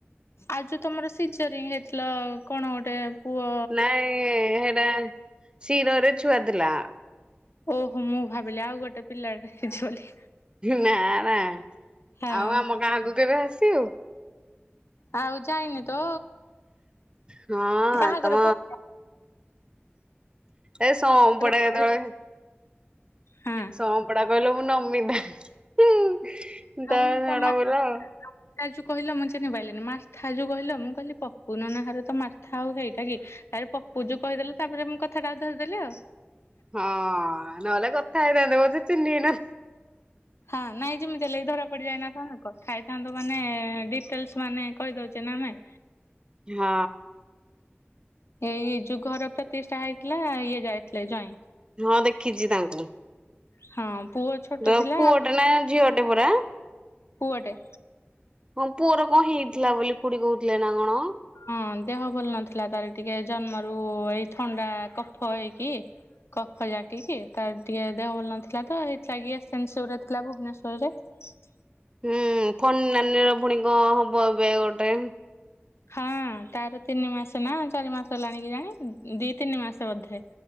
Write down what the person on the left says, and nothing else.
ଆଉ ଯୋଉ ତମର ସିଜରିଙ୍ଗ ହେଇଥିଲା କଣ ଗୋଟେ ପୁଅ
ଓହୋ ମୁଁ ଭାବିଲି ଆଉ ଗୋଟେ ପିଲାଟା ହେଇଛି ବୋଲି।
ହଁ
ଆଉ ଯାଇନି ତ
ବାହାଘର
ପ
ପରେ
ହଁ
ଆଉ ମୁଁ
ମା
ତା ଯଉ କହିଲ ମେନି ପାଇନି ମାସ୍ଥା ଯୋଉ କହିଲ ମୁଁ କହିଲି ପପୁନ ନାହାରରେ ତ ମାସ୍ଥା ଆଉ ହେଇଟା କି ପପୁ ଯୋଉ କହିଦଲେ ତାପରେ ମୁଁ କଥାଟା ଧରିଦେଲି ଆଉ।
ହଁ ନାଇଁ ଯେମିତି ହେ ଲାଗି ଧରା ପଡିଯାଏନା କଣ କ ଖାଇଥାନ୍ତୁ ମାନେ ଡିଟେଲସ ମାନେ କହିଦଉଛେ ନା ଆମେ
ଏଇ ଯୋଉ ଘର ପ୍ରତିଶ ଟା ହେଇଥିଲା ଇଏ ଯାଇଥିଲେ ଜାଇଁ।
ହଁ ପୁଅ ଛୋଟ
ଥିଲା
ପୁଅଟେ
ହଁ ଦେହ ଭଲ ନଥିଲା ତାର ଟିକେ ଜନ୍ମରୁ ଏଇ ଥଣ୍ଡା କଫ ହେଇକି କଫ ଜାକ କି ତାର ଟିକେ ଦେହ ଭଲ ନଥିଲା ତ ଏଇଥିଲାଗିସନେଶରରେ ଥିଲା ଭୁବନେଶ୍୍ୱର ରେ ହଁ।
ହଁ ତାର ତିନି ମାସ ନା ଚାରି ମାସ ହେଲାଣିିକ ଜାଣି ଦି ତିନି ମାସ ବୋଧେ